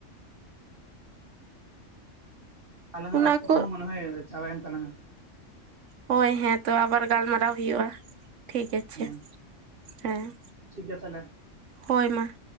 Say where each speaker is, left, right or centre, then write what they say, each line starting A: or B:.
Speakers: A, on the right (about 45°); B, on the right (about 70°).
A: ᱟᱞᱟᱝᱟᱜ
B: ᱚᱱᱟ
A: ᱚᱠᱛᱚ
B: ᱠᱚ
A: ᱠᱚᱦᱚᱸ ᱢᱟ ᱱᱚᱜᱚᱭ ᱪᱟᱵᱟ ᱭᱮᱱ ᱛᱟᱞᱟᱝᱟ ᱾
B: ᱦᱳᱭ ᱦᱮᱸ ᱛᱚ ᱟᱵᱟᱨ ᱜᱟᱞᱢᱟᱨᱟᱣ ᱦᱩᱭᱩᱜᱼᱟ ᱴᱷᱤᱠ ᱟᱪᱷᱮ
A: ᱦᱮᱸ
B: ᱦᱮᱸ ᱾
A: ᱴᱷᱤᱠ ᱜᱮᱭᱟ ᱛᱟᱦᱚᱞᱮ ᱾
B: ᱦᱚᱭ ᱢᱟ